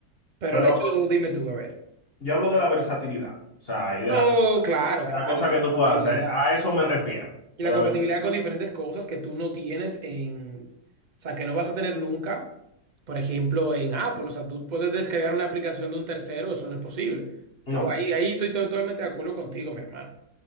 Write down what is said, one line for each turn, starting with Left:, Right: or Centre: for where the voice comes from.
Right: pero
Left: Pero
Right: el hecho de, dime tú, a ver.
Left: yo hablo de la versatilidad. O sea, y de
Right: Oh,
Left: las, de
Right: claro, claro,
Left: las cosas
Right: y la
Left: que
Right: compatibilidad.
Left: tú puedes hacer. A eso me refiero.
Right: Y
Left: De
Right: la
Left: la
Right: compatibilidad
Left: versatilidad.
Right: con diferentes cosas que tú no tienes en, o sea, que no vas a tener nunca. Por ejemplo, en Apple, o sea, tú puedes descargar una aplicación de un tercero, eso no es posible. Estamos
Left: No.
Right: ahí, ahí estoy to- totalmente de acuerdo contigo, mi hermano. O